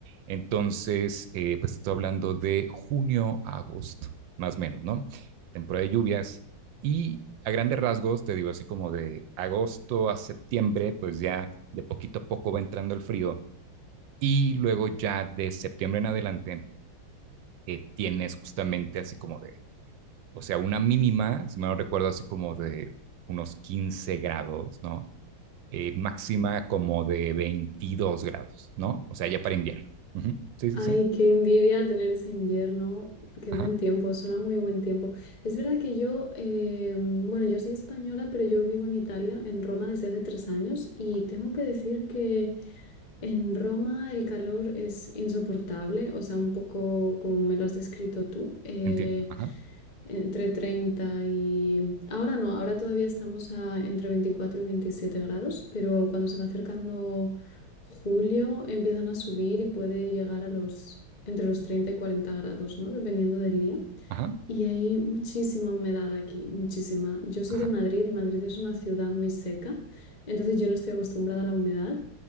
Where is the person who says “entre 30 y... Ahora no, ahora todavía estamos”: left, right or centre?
Left